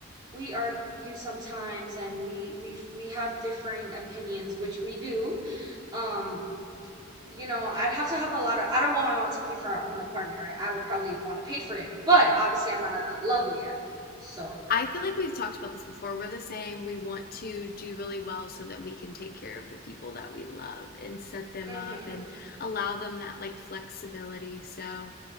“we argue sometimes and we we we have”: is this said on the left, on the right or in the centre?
Right